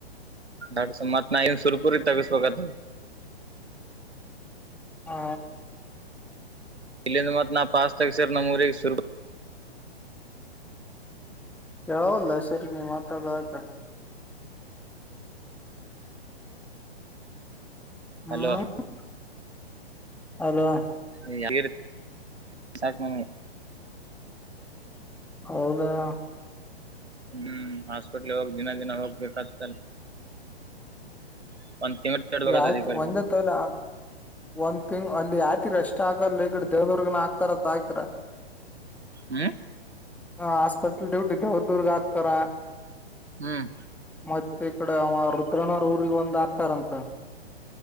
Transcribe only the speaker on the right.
ಬಡ್ಸ ಮತ್ ನ ಇನ್ ಸುರಪುರ ಗೆ ತಗಸ್ಬೇಕತ್
ಇಲ್ಲಿಂದ ಮತ್ ನಾ ಪಾಸ್ ತಗ್ಸರ ನಮ್ಮೂರಿಗೆ ಸುರ
ಹಲೋ
<inaudible> ಸಾಕ್ ನಮ್ಗ
ಹ್ಮ್ ಹಾಸ್ಪಿಟ್ಲ್ ಹೋಗಿ ದಿನ ದಿನ ಹೋಗ್ಬೇಕತ್ತಲ್ಲ. <unintelligible>
ಈ ಕಡೆ
ಮತ್ತ್.
ಹ್ಮ್
ಹ್ಮ್